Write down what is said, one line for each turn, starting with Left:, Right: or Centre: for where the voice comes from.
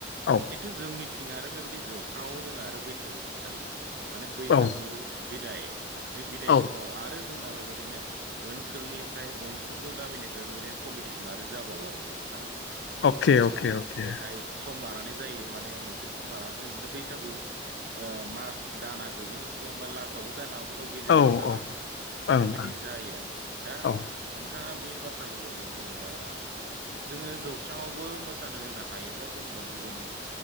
Left: औ
Right: खिन्थु जोंनिथिंआ आरो बेबायदि जौस्राङाव जोंङो आरो बैसागु जों फालियो। माने बैसागु
Left: औ
Right: बिदाय बे बिदाय
Left: औ
Right: समाव आरो जोंना बेबायदिनो ओनसोलनिफ्राय गंफ्रोमबो गामिनिफ्राय बेबायदिनो कम्पिटिसन आरो जाबावो आरो जौस्रांआव
Left: अके
Right: ओ
Left: अके अके
Right: बेहाय सम लानानै जायो माने मोनसे सम लानानै जायो माने बै बैसागु मास दाना जोबैनि सिगांबा लास्टआवबो जानो हागौ बा गेजेरावबो
Left: ओं
Right: जानो
Left: औ
Right: हागौ
Left: औ ओं
Right: बेबायदि जायो आरोखि दा
Left: ओं औ
Right: नोंथाङा बे बाथ्राखौ बुंदों जेनेबा
Left: <inaudible>
Right: जोङो जौस्रांङावबो मोसानो होनो हायोब्ला जेनेबा गुबुन